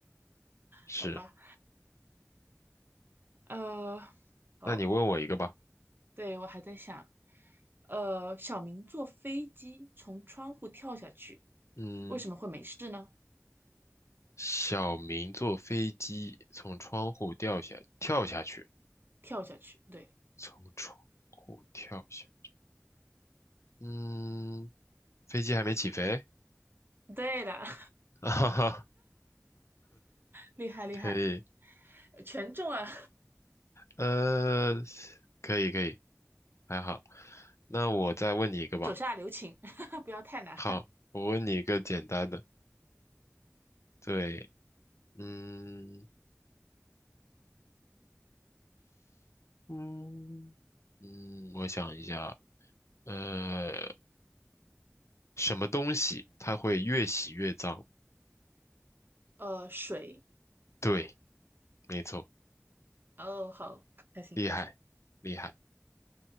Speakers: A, on the left; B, on the right.
A: 是，
B: 好吧，呃，好，
A: 那你问我一个吧。
B: 对，我还在想，呃，小明坐飞机从窗户跳下去，
A: 嗯，
B: 为什么会没事呢？
A: 小明坐飞机从窗户掉下，跳下去，
B: 跳下去，对，
A: 从窗户跳下。嗯，飞机还没起飞？
B: 对的，<laughs>
A: <laughs> 啊哈哈，
B: 厉害厉害，
A: 可以，
B: 全中啊！
A: 呃，可以可以，还好。那我再问你一个吧。
B: 手下留情，<laughs> 不要太难。
A: 好，我问你一个简单的。对，嗯嗯嗯，我想一下，呃，什么东西它会越洗越脏？
B: 呃，水，
A: 对，没错，
B: 哦，好，开心开心。
A: 厉害厉害。